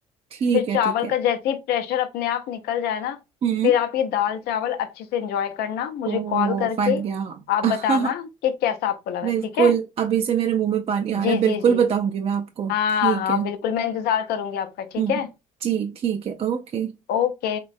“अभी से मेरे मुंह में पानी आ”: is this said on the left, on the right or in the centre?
Right